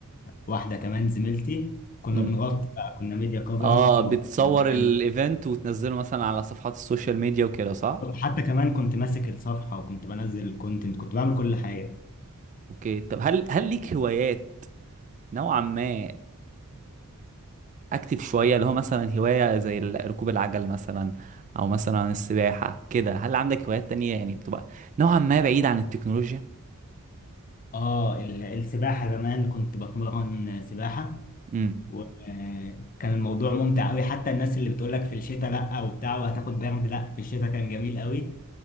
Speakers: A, on the left; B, on the right.
A: وواحده كمان زميلتي كنا
B: مم.
A: بنغطي بقى كنا ميديا كفرج
B: اه بتصور
A: وبنعمل
B: الايفنت وتنزله مثلا على صفحات السوشيال ميديا وكده صح
A: حتى كمان كنت ماسك الصفحه وكنت بنزل الكونتنت كنت بعمل كل حاجه
B: اوكي طب هل هل ليك هوايات نوعا ما اكتف شويه اللي هو مثلا هوايه زي ال- ركوب العجل مثلا او مثلا السباحه كده هل عندك هوايات تانية يعني بتبقى نوعا ما بعيد عن التكنولوجيا
A: اه ال- السباحه زمان كنت بتمرن سباحه
B: امم
A: وكان الموضوع ممتع قوي حتى الناس اللي بتقولك في الشتاء لا وبتاع وهتاخد برد لا في الشتاء كان جميل قوي